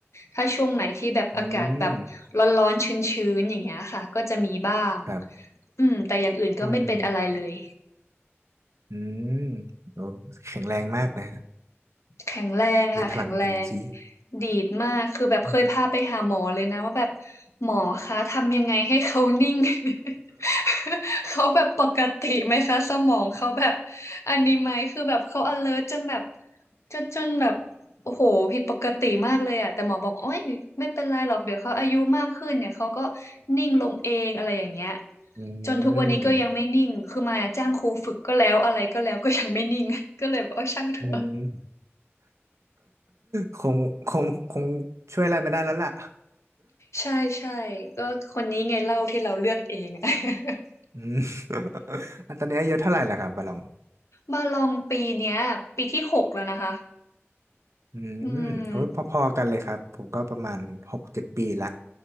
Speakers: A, on the left; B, on the right.
A: ถ้าช่วงไหนที่แบบอากาศแบบร้อนๆชื้นๆอย่างเงี้ยค่ะก็จะมีบ้าง
B: อืมครับ
A: อืมแต่อย่างอื่นก็ไม่เป็นอะไรเลย
B: อืม อืมโอ้แข็งแรงมากนะ
A: แข็งแรงค่ะแข็งแรง
B: มีพลัง energy
A: ดีดมากคือแบบเคยพาไปหาหมอเลยนะว่าแบบ
B: อืม
A: หมอคะทำยังไงให้เขานิ่ง <laughs> เขาแบบปกติไหมคะสมองเขาแบบอันนี้ไหมคือแบบเขา alert จนแบบจนจนแบบโอ้โหผิดปกติมากเลยอะแต่หมอบอกโอ้ยไม่เป็นไรหรอกเดี๋ยวเขาอายุมากขึ้นเนี่ยเขาก็นิ่งลงเองอะไรอย่างเงี้ย
B: อื
A: จนทุกวันนี้ก็ยังไม่นิ่งคือมายอะจ้างครูฝึกก็แล้วอะไรก็แล้วก็ยังไม่นิ่ง
B: ม
A: <laughs> ก็เลยบอกว่าช่างเถอะ
B: อืมคงคงคงช่วยอะไรไม่ได้แล้วล่ะ
A: ใช่ใช่ก็คนนี้ไงเล่าที่เราเลือกเอง <laughs>
B: อืมอ่ะตอนนี้อายุเท่าไหร่ล่ะครับบาลอง
A: มาลองปีเนี้ยปีที่หกแล้วนะคะ
B: อืมโอ้ยพอๆกันเลยครับผมก็ประมาณหกเจ็ดปีละ
A: อืม